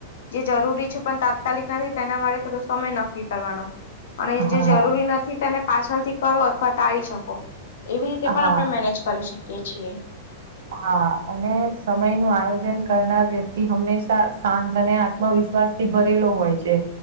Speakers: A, on the left; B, on the right.
A: જે જરૂરી છે પણ તાત્કાલિક નથી તેના માટે થોડો સમય નક્કી કરવાનો. અને
B: હા
A: જે જરૂરી નથી તેને પાછળથી કરો અથવા ટાળી શકો. એવી રીતે
B: હા
A: પણ આપણે મેનેજ કરી શકીએ છીએ.
B: હા અને સમય નુ આયોજન કરનાર વ્યક્તિ હંમેશા શાંત અને આત્મવિશ્વાસ થી ભરેલો હોય છે